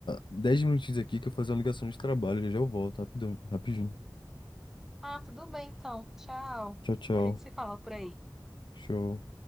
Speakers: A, on the left; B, in the centre.
A: 10 minutinhos aqui que eu vou fazer uma ligação de trabalho. Já já eu volto, rapidão, rapidinho.
B: Ah, tudo bem, então. Tchau.
A: Tchau, tchau.
B: A gente se fala por aí.
A: Show.